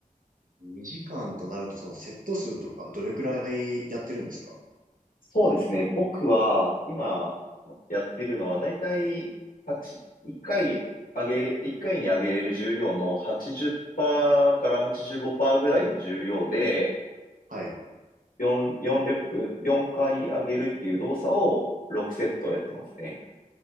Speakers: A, on the right; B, on the left.
A: 2時間となると、そのセット数とかどれくらいやってるんですか
B: そうですね。僕は、今、やってるのは、だいたい、八1回上げれ、一回に上げれる重量の80%から85%ぐらいの重量で、
A: はい。
B: 4、4レップ、4回上げるっていう動作を6セットやってますね。